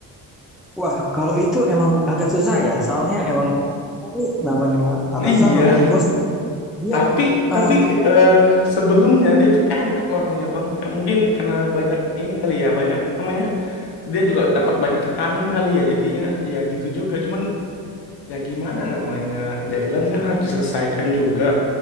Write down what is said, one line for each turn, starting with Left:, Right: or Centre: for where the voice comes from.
Centre: Wah, kalau itu emang agak susah ya, soalnya emang ini namanya
Left: iya
Centre: atasan, namanya bos, dia
Left: tapi
Centre: eh,
Left: tapi eh, sebelumnya dia tuh enak orangnya Bang mungkin karena banyak ini kali ya banyak apa namanya dia juga dapat banyak tekanan kali ya jadinya ya gitu juga cuman ya gimana namanya deadline kan harus diselesaikan juga